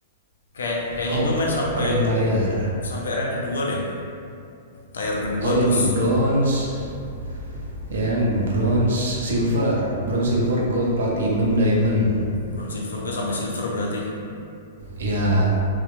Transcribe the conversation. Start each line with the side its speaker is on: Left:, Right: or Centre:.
Left: Kayak kayaknya
Right: Hawk
Left: gue main sampai
Right: rank tire.
Left: sampai rank kedua deh. Tier kedua
Right: Oh ini
Left: terus
Right: nih bronze. Ya, kan, bronze, silver, bronze, silver, gold, platinum, diamond.
Left: bronze silver gue sampai silver berarti.
Right: ya